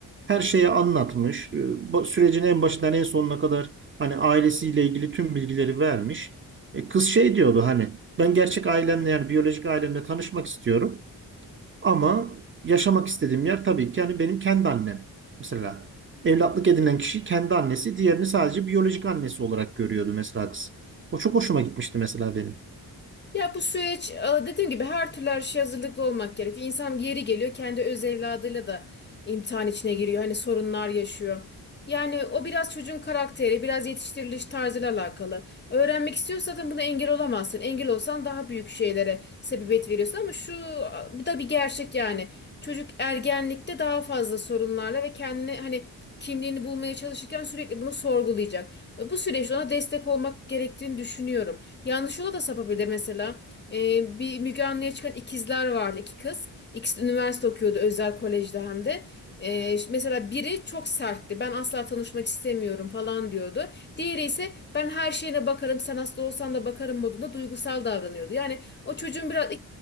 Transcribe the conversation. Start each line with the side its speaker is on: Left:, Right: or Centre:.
Right: Her şeyi anlatmış. E, bu Sürecin en başından en sonuna kadar hani ailesiyle ilgili tüm bilgileri vermiş. E, kız şey diyordu hani ben gerçek ailemle yani biyolojik ailemle tanışmak istiyorum. Ama yaşamak istediğim yer tabii ki yani benim kendi annem. Mesela evlatlık edinen kişi kendi annesi, diğerini sadece biyolojik annesi olarak görüyordu mesela kız. O çok hoşuma gitmişti mesela benim.
Left: Ya bu süreç e, dediğim gibi her türlü her şeye hazırlıklı olmak gerekiyor. İnsan yeri geliyor kendi öz evladıyla da imtihan içine giriyor. Hani sorunlar yaşıyor. Yani o biraz çocuğun karakteri, biraz yetiştiriliş tarzıyla alakalı. Öğrenmek istiyorsan zaten buna engel olamazsın. Engel olsan daha büyük şeylere sebebiyet veriyorsun ama şu e, bu da bir gerçek yani. Çocuk ergenlikte daha fazla sorunlarla ve kendini hani kimliğini bulmaya çalışırken sürekli bunu sorgulayacak. Bu süreçte ona destek olmak gerektiğini düşünüyorum. Yanlış yola da sapabilir mesela. Ee, bir Müge Anlı'ya çıkan ikizler vardı, iki kız. İkisi de üniversite okuyordu, özel kolejde hem de. Ee, mesela biri çok sertti. Ben asla tanışmak istemiyorum falan diyordu. Diğeri ise ben her şeyine bakarım, sen hasta olsan da bakarım modunda duygusal davranıyordu. Yani o çocuğun biraz